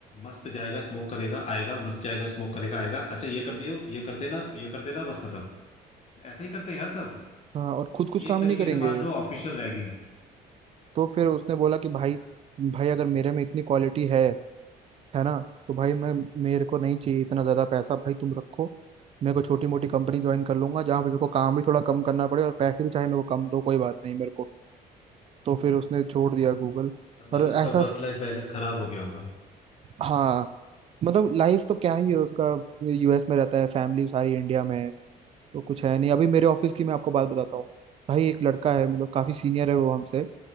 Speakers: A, on the left; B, on the right.
A: मस्त जाएगा स्मोक करेगा आएगा मस्त जाएगा स्मोक करेगा आएगा अच्छा ये कर दियो ये कर देना ये कर देना बस खत्म ऐसा ही करते हैं यार सब
B: हाँ और खुद कुछ
A: ये
B: काम
A: एक तरीके
B: नहीं करेंगे
A: से मान लो ऑफिशियल रैगिंग
B: तो फिर उसने बोला कि भाई
A: यार,
B: भाई अगर मेरे में इतनी क्वालिटी है है ना तो भाई मैं मेरे को नहीं चाहिए इतना ज्यादा पैसा भाई तुम रखो मेरे को छोटी मोटी कंपनी ज्वाइन कर लूंगा जहाँ पे मेरे को काम भी थोड़ा कम करना पड़े और पैसे भी चाहे मेरे को कम दो कोई बात नहीं मेरे को तो फिर उसने छोड़ दिया गूगल
A: मतलब
B: और
A: उसका
B: ऐसा
A: वर्क
B: स-
A: लाइफ बैलेंस खराब हो गया होगा
B: हाँ मतलब लाइफ तो क्या ही है उसका यूएस में रहता है फैमिली सारी इंडिया में है, तो कुछ है नहीं अभी मेरे ऑफिस की मैं आपको बात बताता हूँ भाई एक लड़का है मतलब काफी सीनियर है वो हमसे